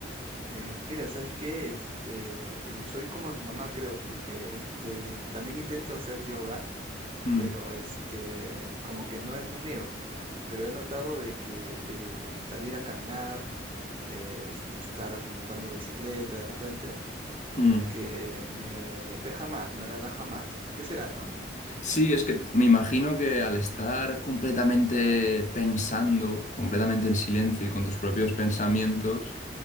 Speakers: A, on the right; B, on the left.
A: Eh, mira, ¿sabes qué? Este, eh, soy como tu mamá, creo, porque este, también intento hacer yoga
B: Mm,
A: pero este, como que no es lo mío. Pero he notado de que el salir a caminar, eh, es- estar montando bicicleta de repente, como
B: mm.
A: que me despeja más, me relaja más. ¿Qué será, no?
B: Sí, es que me imagino que al estar completamente pensando, completamente en silencio y con tus propios pensamientos,